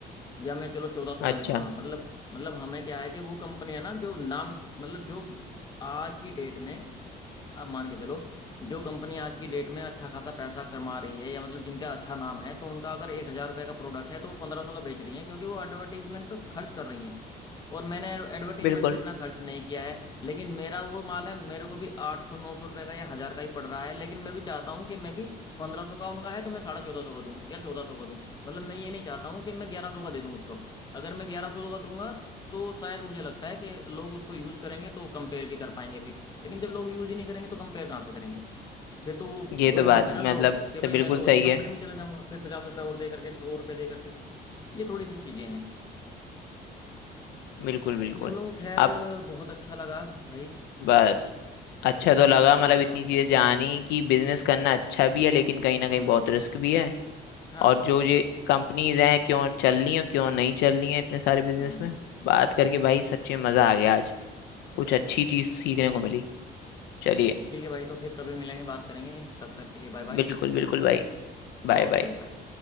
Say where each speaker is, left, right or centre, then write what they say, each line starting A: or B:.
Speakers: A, on the left; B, on the left.
A: या मैं चलो चौदह सौ
B: अच्छा
A: का दे दूंगा मतलब मतलब हमें क्या है कि वो कंपनी है ना जो नाम मतलब जो आज की डेट में आप मान के चलो जो कंपनी आज की डेट में अच्छा खासा पैसा कमा रही है या मतलब जिनका अच्छा नाम है तो उनका अगर एक हजार रुपये का प्रोडक्ट है तो वो पंद्रह सौ का बेच रही है क्योंकि वो एडवर्टीजमेंट पे खर्च कर रही हैं और मैंने एडवर्टीजमेंट
B: बिल्कुल
A: पे इतना खर्च नहीं किया है लेकिन मेरा वो माल है मेरे को भी आठ सौ नौ सौ रुपये का या हजार का ही पड़ रहा है लेकिन मैं भी चाहता हूँ कि मैं भी पंद्रह सौ का उनका है तो मैं साढ़े चौदह सौ का दूँ या चौदह सौ का दूँ मतलब मैं ये नहीं चाहता हूँ कि मैं ग्यारह सौ का दे दूँ उसको अगर मैं ग्यारह सौ का दूंगा तो शायद मुझे लगता है कि लोग उसको यूज करेंगे तो कंपेयर भी कर पाएंगे फिर लेकिन जब लोग यूज ही नहीं करेंगे तो कंपेयर कहाँ से करेंगे फिर तो वो
B: ये तो
A: वही
B: बात
A: बोलते हैं ना लोग
B: मतलब
A: कि भाई
B: तो बिल्कुल
A: मैं तो उसी
B: सही
A: कंपनी
B: है
A: में चला जाऊंगा फिर पचास रुपये और दे करके सौ रुपये दे करके ये थोड़ी सी चीजें हैं
B: बिल्कुल बिल्कुल
A: चलो खैर
B: अब
A: बहुत अच्छा लगा भाई
B: बस अच्छा तो
A: है
B: लगा
A: ना
B: मतलब
A: आपसे
B: इतनी
A: बात करके
B: चीजें जानी कि बिजनेस करना अच्छा भी है लेकिन कहीं ना कहीं
A: हम्म
B: बहुत रिस्क भी है
A: हाँ
B: और
A: हाँ
B: जो
A: बिल्कुल
B: ये
A: बिल्कुल
B: कंपनीज हैं क्यों चल रही हैं क्यों नहीं चल रही हैं इतने सारे बिजनेस
A: हम्म
B: में बात करके भाई सच्ची में मजा आ गया आज कुछ
A: चलो
B: अच्छी चीज सीखने को मिली चलिए
A: ठीक है भाई तो फिर कभी मिलेंगे बात करेंगे तब तक के लिए बाय बाय
B: बिल्कुल बिल्कुल भाई Bye
A: ओके
B: bye
A: भाई बाय